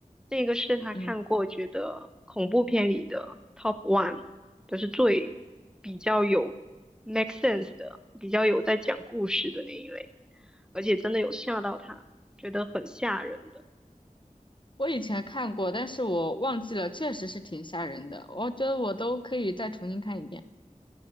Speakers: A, in the centre; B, on the left (about 35°).
A: 这个是他看过觉得恐怖片里的
B: 嗯，
A: top one，就是最比较有 make sense 的，比较有在讲故事的那一类，而且真的有吓到他，觉得很吓人的。
B: 我以前看过，但是我忘记了，确实是挺吓人的。我觉得我都可以再重新看一遍。